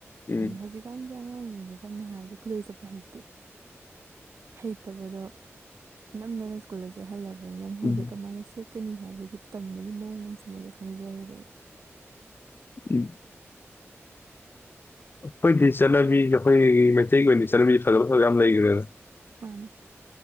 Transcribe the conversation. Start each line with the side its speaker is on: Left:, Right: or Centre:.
Left: ꯎꯝ
Right: ꯍꯧꯖꯤꯛꯀꯥꯟ ꯑꯩ ꯑꯉꯥꯡꯁꯤꯡꯁꯦ ꯁꯝꯅ ꯍꯥꯏꯔꯕꯗ ꯈꯨꯗꯩ ꯁꯦꯠꯄ ꯍꯩꯇꯦ ꯍꯩꯇꯕꯗꯣ ꯅꯝꯗꯅ ꯁ꯭ꯀꯨꯜꯗ ꯆꯦ ꯍꯜꯂꯕ ꯑꯗꯨꯃꯥꯏꯅ ꯃꯣꯏꯗ
Left: ꯎꯝ
Right: ꯀꯃꯥꯏꯅ ꯁꯦꯛ ꯀꯅꯤ ꯍꯥꯏꯕꯒꯤ ꯇꯝꯕꯒꯤ ꯃꯑꯣꯡ ꯑꯃꯁꯨ ꯃꯣꯏꯅ ꯈꯪꯖꯔꯦꯗꯅ
Left: ꯎꯝ ꯑꯩꯈꯣꯏꯗꯤ ꯆꯠꯅꯕꯤ ꯑꯩꯈꯣꯏꯒꯤ ꯃꯩꯇꯩꯒꯤ ꯑꯣꯏꯅ ꯆꯠꯅꯕꯤꯁꯤ ꯐꯖꯕ ꯐꯖꯕ ꯌꯥꯝ ꯂꯩꯈ꯭ꯔꯦꯗ
Right: ꯃꯥꯅꯤ